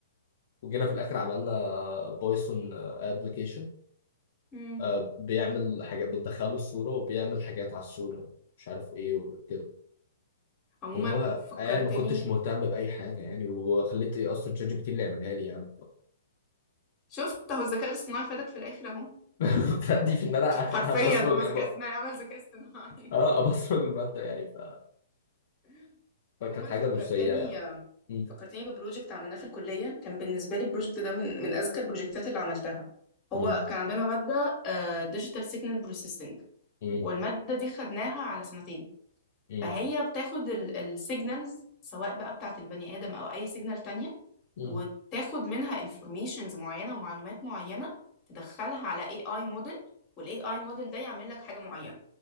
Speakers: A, on the left; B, on the left.
A: وجينا في الاخر عملنا بايثون ابلكيشن
B: مم.
A: بيعمل حاجات بتدخله الصوره وبيعمل حاجات على الصوره مش عارف ايه وكده
B: عموما
A: اللي هو
B: فكرتني
A: يعني ما كنتش مهتم باي حاجه يعني وخليت ايه اصلا شات جي بي تي اللي يعملها لي يعني
B: شفت اهو الذكاء الاصطناعي فادك في الاخر اهو
A: <laughs> فدي في ان انا
B: حرفيا
A: <laughs> ابصمج
B: هو الذكاء
A: أب-
B: الاصطناعي عمل ذكاء اصطناعي
A: اه ابصمج الماده يعني ف...
B: <laughs>
A: فكانت
B: عموما
A: حاجه
B: فكرتني
A: مش سيئه يعني م-
B: فكرتني ببروجكت عملناه في الكلية كان بالنسبة لي البروجكت ده من من أذكى البروجكتات اللي عملتها هو
A: م-
B: كان عندنا مادة ديجيتال سيجنال بروسيسنج
A: م-
B: والمادة دي خدناها على سنتين
A: م-
B: فهي بتاخد السيجنالز سواء بقى بتاعة البني آدم أو أي سيجنال تانية
A: م-
B: وتاخد منها انفورميشنز معينة ومعلومات معينة تدخلها على اي اي موديل والاي اي موديل ده يعمل لك حاجة معينة